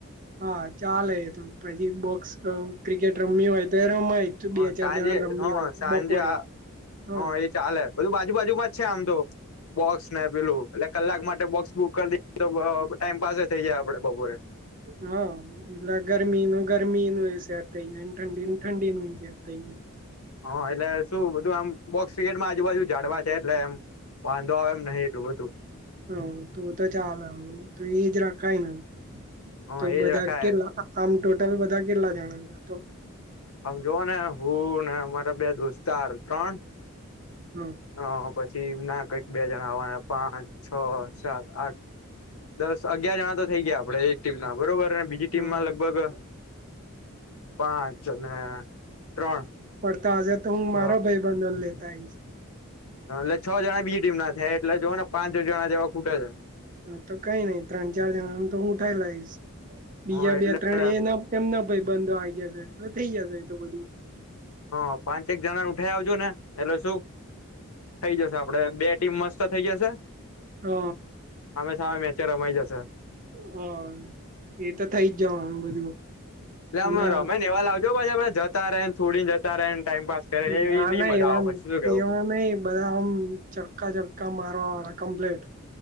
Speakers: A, on the right (about 35°); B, on the left (about 80°).
A: હા ચાલે એતો પછી બોક્સ અહ ક્રિકેટ રમી હોય તો. રમાય
B: હ
A: બે ચાર
B: સાંજે
A: જણા રમવી
B: હહ
A: હોય તો
B: સાંજે
A: બપોરે
B: આ
A: હા
B: હ એ ચાલે બધું આજુ-બાાજુમાં જ છે આમ તો. બોક્સ ને પેલું એટલે કલાક માટે બોક્સ બુક કરી તો ટાઈમ પાસે થઇ જાય આપડે બપોરે.
A: હા એટલે ગરમી ન ગરમી ન સેટ થઈ જાય ને ઠંડીને ઠંડી નું સેટ થઈ જાય.
B: હા એટલે શું બધું એમ બોક્સ ક્રિકેટમાં આજુબાજુ જાડવા છે એટલે એમ. વાંધો આવે એમ નહિ એટૂબધું.
A: હ તું તો ચાલ હ તું એ જ રાખાય ને.
B: હા
A: તો
B: એજ
A: બધા
B: રખાય
A: કેટલા આમ ટોટલ બધા કેટલા જણા છો તો.
B: આમ જોવ ને હું ને અમારા બે દોસ્તાર ત્રણ.
A: હા
B: હ પછી ના કંઈક બે જણા આવવાના પાંચ છ સાત આઠ. દસ અગિયાર જણા તો થઇ ગયા આપડે એક ટીમ ના બરોબર અને બીજી ટીમમાં
A: હા
B: લગભગ. પાંચ અને ત્રણ.
A: થાશે તો હું
B: છ
A: મારા ભાઈ બંધોને લેતા આઈસ.
B: એટલે છ જણા બીજી ટીમ ના થાય એટલે જોઓ ને પાંચ છ જણા જેવા ખૂટે છે.
A: હા તો કઈ નઈ ત્રણ ચાર જણા આમ તો હું ઉઠાઈ લાઈશ. બીજા
B: હ એટલે
A: બે ત્રણ એ ન એમ ના ભાઈ બંધો આવી જશે એટલે થઈ જશે તો બધું.
B: હ પાંચેક જણા ઉઠાઈ આવજો ને એટલે શું. થઇ જશે આપડે બે ટીમ મસ્ત થઇ જશે.
A: હઉ.
B: હા મેચો રમાય જશે.
A: હા એ તો થઇ જ જવાનું બધું.
B: એટલે આમ
A: અને
B: રમે એવા લાવજાવછ આપડે જતા રહે છોડીને જતા ર રહે ટાઈમપસ કરે એવી
A: ના
B: નઈ
A: ના
B: મજા
A: એવાન
B: આવે પછી શું કેવું
A: એવું નઈ બધા ઓમ ચક્કા ચક્કા મારવા વાળા કમપ્લેટ.